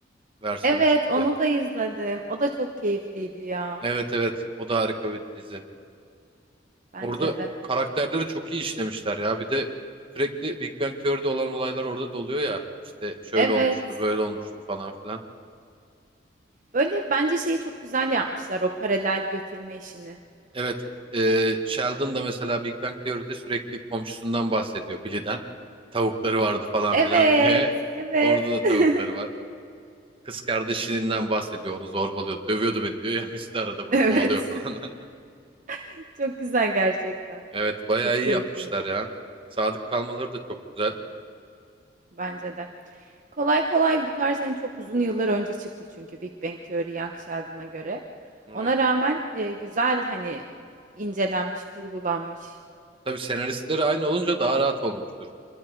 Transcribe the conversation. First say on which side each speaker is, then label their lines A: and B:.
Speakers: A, on the right (about 30°); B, on the right (about 45°).
A: versiyonu
B: Evet
A: çıktı.
B: onu da izledim. O da çok keyifliydi ya.
A: Evet evet. O da harika bir dizi.
B: Bence
A: Orada
B: de.
A: karakterleri çok iyi işlemişler ya. Bir de sürekli Big Bang Theory'de olan olaylar orada da oluyor ya. İşte şöyle
B: Evet.
A: olmuştu, böyle olmuştu falan filan.
B: Böyle bence şeyi çok güzel yapmışlar o paralel götürme işini.
A: Evet. E, Sheldon da mesela Big Bang Theory'de sürekli komşusundan bahsediyor. Billy'den. Tavukları vardı falan
B: Evet,
A: filan <laughs> diye.
B: evet.
A: Orada da
B: <laughs>
A: tavukları var. Kız kardeşinden bahsediyor. Onu zorbalıyor. Dövüyordu beni diyor ya. <laughs> Messi de arada bunu
B: Evet.
A: kovalıyor falan. <laughs>
B: <laughs> Çok güzel gerçekten.
A: Evet bayağı
B: Çok
A: iyi
B: keyifliydi.
A: yapmışlar ya. Sadık kalmaları da çok güzel.
B: Bence de. Kolay kolay bu tarz hani çok uzun yıllar önce çıktı çünkü Big Bang Theory Young Sheldon'a göre.
A: Evet.
B: Ona rağmen e, güzel hani incelenmiş, kurgulanmış.
A: Tabii senaristleri aynı olunca daha rahat olmuştur.